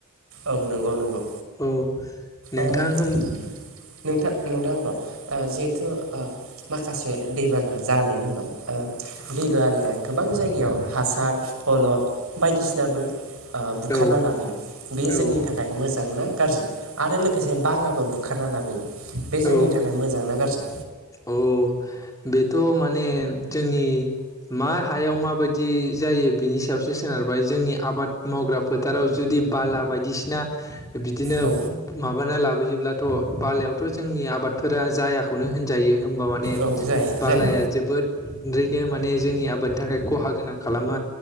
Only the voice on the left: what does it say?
औ नोंथां
होन
औ
औ
औ
औ औ बेथ' माने जोंनि मा हायाव माबायदि जायो बिनि सायावसो सोनारबाय जोंनि आबाद मावग्रा फोथाराव जुदि दि बाला बायदिसिना बिदिनो
माबा लाबोयोब्लाथ' बालायाव- थ' जोंनि आबादफोरा जायाखौनो होनजायो होनबा माने
बालाया
जोबोद ओरैनो माने जोंनि आबादनि थाखाय खहा गोनां खालामो